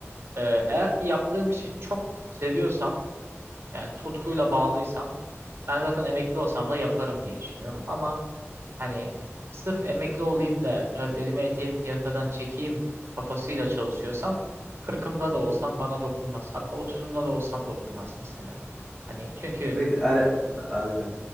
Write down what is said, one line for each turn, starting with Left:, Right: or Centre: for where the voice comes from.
Right: e, eğer ki yaptığım işi çok seviyorsam yani tutkuyla bağlıysam ben zaten emekli olsam da yaparım diye düşünüyorum. Ama Hani sırf emekli olayım da biraz elime eteğimi piyasadan çekeyim kafasıyla çalışıyorsam kırkımda da olsam bana dokunmaz. Hatta otuzumda da olsam dokunmaz mesela. Hani çünkü
Centre: Direkt er- <laughs> aynen.